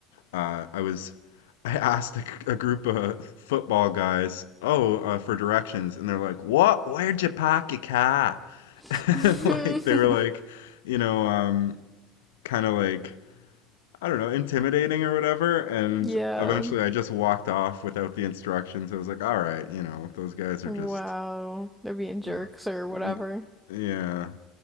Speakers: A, on the left; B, in the centre.
A: uh, I was <laughs> I asked a, a group of football guys, oh, uh, for directions, and they're like, "What? Where'd you park your car?" <laughs>
B: <laughs>
A: And, Like they were like, you know, um, kind of like I don't know, intimidating or whatever. And
B: Yeah.
A: eventually, I just walked off without the instructions. I was like, all right, you know, those guys are
B: Wow.
A: just,
B: They're being jerks
A: you know,
B: or
A: y-
B: whatever.
A: yeah,